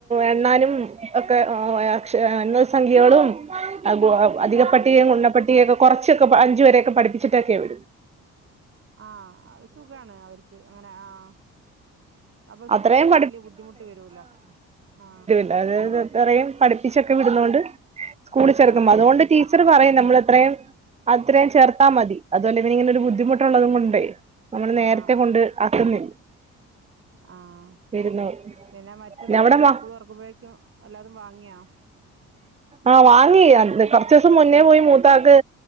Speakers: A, on the right; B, on the right.
A: എണ്ണാനും ഒക്കെ അക്ഷര എണ്ണൽസഖ്യകളും അ അധിക
B: ആഹ്
A: പട്ടികയും ഗുണന പട്ടിക ഒക്കെ കുറച്ചൊക്കെ അഞ്ച് വരൊക്കെ പഠിച്ചിട്ടൊക്കെയ വരും
B: ആഹ അഹ് സുഖാണ് അവർക്ക് അങ്ങനെ ആഹ അപ്പൊ സ്കൂളിൽ
A: അത്രയും
B: ചേർന്ന് വല്യ ബുദ്ധിമുട്ട് വരൂല ആ
A: യും പഠിപ്പിച്ചൊക്കെ വിടുന്നണ്ട് സ്കൂൾ ചെറക്കുമ്പോ
B: ആഹ്
A: അതുകൊണ്ട്
B: ആഹ്
A: ർ പറയും നമ്മൾ എത്രയും അത്രയും ചേർത്താൽ മതി അതുപോലെ ഇന്നനി ഇങ്ങനെ ഒരു ബുദ്ധിമുട്ടുള്ളതും കൊണ്ടേ നമ്മള് നേരത്തെ
B: ആഹ്
A: കൊണ്ട് ആക്കുന്നില്ല
B: ആഹ
A: ഇരുന്നോളും
B: പിന്നെ മറ്റുള്ളവർക്കൊക്കേ
A: പിന്നെ അവിടെ മ
B: സ്കൂൾ തുറക്കുമ്പോഴേക്കും അല്ലാതും വാങ്ങിയോ
A: ആഹ വാങ്ങി കൊറച്ചീസം മുന്നേ പോയി മൂത്താക്ക്